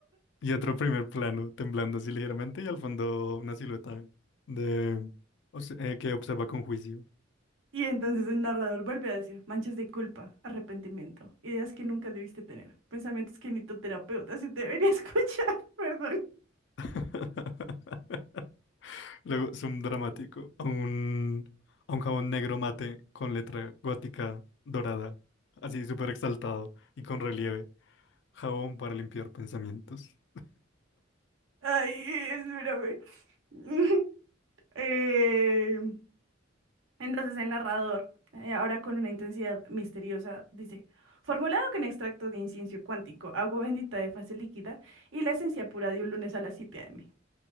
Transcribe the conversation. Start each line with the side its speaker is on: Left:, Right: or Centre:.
Left: Y otro primer plano, temblando así ligeramente, y al fondo una silueta de obs- eh, que observa con juicio.
Right: Y entonces el narrador vuelve a decir, manchas de culpa, arrepentimiento, ideas que nunca debiste tener, pensamientos que ni tu terapeuta se debería <laughs> escuchar, perdón.
Left: <laughs> Luego, zoom dramático, a un, a un jabón negro mate con letra gótica dorada, así súper exaltado y con relieve. Jabón para limpiar pensamientos.
Right: Ay, espérame. <laughs> Eh, entonces el narrador, eh, ahora con una intensidad misteriosa, dice, formulado con extracto de incienso cuántico, agua bendita de fase líquida y la esencia pura de un lunes a las 7 a.m.